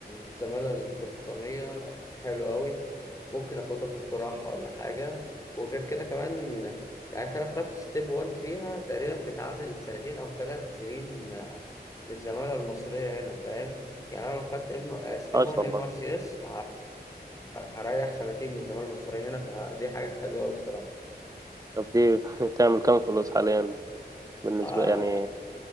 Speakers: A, on the left; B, on the right.
A: الزماله البريطانيه حلو قوي ممكن اخدها في الجراحه ولا حاجه وغير كده كمان يعني انت لو خدت ستيب 1 فيها تقريبا بتعادل سنتين او ثلاث سنين آه، من الزماله المصريه هنا فاهم يعني انا لو خدت ام ستيب
B: عاش
A: 1
B: والله
A: ام ار سي اس هريح سنتين من الزماله المصريه هنا فدي حاجه حلوه قوي الصراحه
B: طب دي <laughs> تعمل كام فلوس حاليا بالنسبة
A: آه،
B: يعني